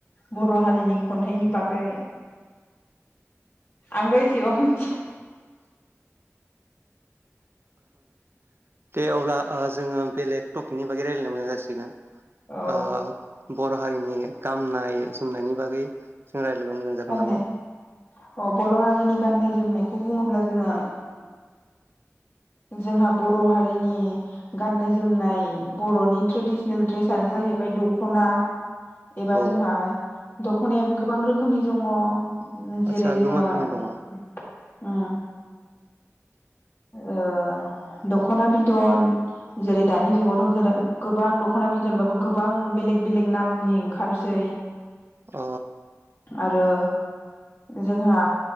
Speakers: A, on the left; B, on the right.
A: बर' हारिनि खन्थाइनि बागै आंबो एसेबां मिथि
B: दे अब्ला ओ जोङो बेलेग टपिकनि बागै रायलाया मोजां जासिगोन।
A: औ
B: ओ बर' हारिनि गामनाय जोमनायनि बागै जों रायज्लायबा मोजां जागोन
A: गाननाय
B: नामा?
A: अ बर' हारिनि गाननाय जोमनाय खौ बुङोब्ला जोङो जोंहा बर' हारिनि गाननाय जोमनाय बर'नि ट्रेडिसनेल ड्रेसनो जाहैबा य दख'ना एबा
B: औ
A: जोंहा दख'नायाबो गोबां रोखोमनि दङ जेरै
B: आदसा
A: जोङो
B: गोमा रोखोमनि दङ
A: उम ओ दख'ना बिदन जेरै दानि जुगावथ' गोदान गोबां दख'ना बि दनबाबो गोबां बेलेग बेलेग नामनि ओंखारोसै।
B: अ
A: आरो जोंहा